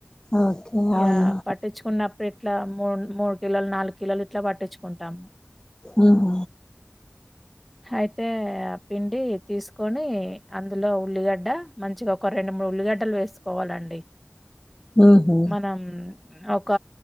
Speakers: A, on the left; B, in the centre.
A: ఓకే
B: యా
A: అవునా
B: పట్టించుకున్న ఇప్పుడు ఇట్లా మూ మూడు కిలోలు నాలుగు కిలోలు ఇట్లా పట్టించుకుంటాము
A: ఉ హమ్
B: అయితే పిండి తీసుకొని అందులో ఉల్లిగడ్డ మంచిగా ఒక రెండు మూడు ఉల్లిగడ్డలు వేసు కోవాలండి
A: ఉహు,
B: మనం ఓ ఒక